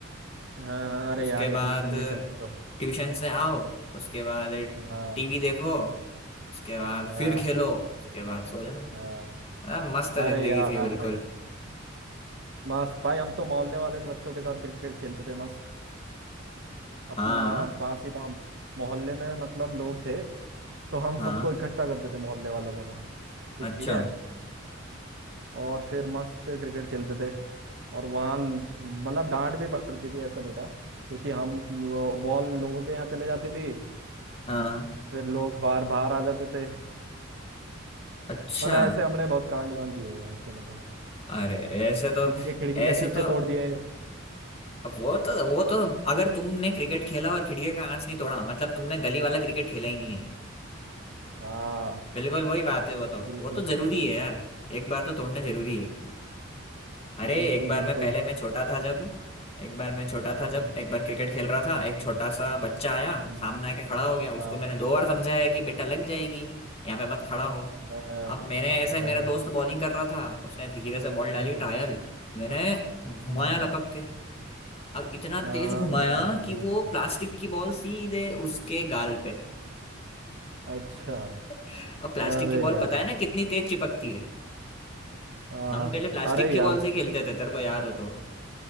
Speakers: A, on the right; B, on the left.
A: हाँ, हाँ, अरे
B: उसके
A: यार ये
B: बाद
A: ट्यूशन व्यूशन तो
B: ट्यूशन से आओ उसके बाद
A: हाँ
B: टीवी देखो उसके बाद
A: हाँ
B: फिर खेलो उसके बाद सो जाओ
A: हाँ
B: अ, मस्त जिंदगी
A: अरे यार
B: थी बिल्कुल
A: मस्त भाई हम तो मोहल्ले वाले के बच्चों के साथ क्रिकेट खेलते थे मस्त अपना
B: हाँ
A: पास ही था मोहल्ले में मतलब लोग थे तो हम
B: हाँ
A: सबको इकट्ठा करते थे मोहल्ले वालों को ठीक
B: अच्छा
A: है और फिर मस्त क्रिकेट खेलते थे और वहाँ मतलब डांट भी पड़ती थी ऐसा नहीं था क्योंकि हम वो बॉल लोगों के यहाँ चले जाती थी
B: हाँ
A: फिर लोग बाहर बाहर आ जाते थे <laughs>
B: अच्छा
A: मतलब ऐसे हमने बहुत कांड वांड किए हुए हैं ऐसे में तो
B: अरे ऐसे तो
A: किसी के खिड़की
B: ऐसे
A: के शीशे
B: तो
A: तोड़ दिए
B: अब वो तो वो तो अगर तुमने क्रिकेट खेला और खिड़की का कांच नहीं तोड़ा मतलब तुमने गली वाला क्रिकेट खेला ही नहीं है
A: हाँ
B: बिल्कुल वही बात है वो तो
A: बिल्कुल
B: वो तो जरूरी है यार एक बार तो तोड़ना जरूरी है अरे
A: बिल्कुल
B: एक बार
A: बिल्कुल
B: मैं पहले मैं छोटा था जब एक बार मैं छोटा
A: अच्छा
B: था जब एक बार क्रिकेट खेल रहा था
A: हम्म,
B: एक छोटा सा बच्चा आया
A: हम्म, हम्म।
B: सामने आके खड़ा हो गया उसको
A: हाँ
B: मैंने दो बार समझाया कि बेटा लग जाएगी यहाँ पे मत खड़ा हो
A: हाँ
B: अब मैंने ऐसा
A: हाँ
B: ही मेरा
A: हाँ,
B: दोस्त बॉलिंग कर रहा था उसने धीरे से बॉल डाली
A: हाँ।
B: ट्रायल मैंने घुमाया
A: हम्म,
B: लपक के अब इतना
A: हाँ
B: तेज
A: हाँ
B: घुमाया
A: घुमाया होगा तुम्हें
B: कि वो
A: तो
B: प्लास्टिक की बॉल सीधे उसके गाल पे
A: अच्छा
B: <laughs> अब प्लास्टिक
A: अरे
B: की बॉल
A: यार
B: पता है ना कितनी तेज चिपकती है
A: हाँ
B: हम
A: हाँ
B: पहले प्लास्टिक
A: अरे
B: की
A: यार
B: बॉल से खेलते थे तेरे को याद हो तो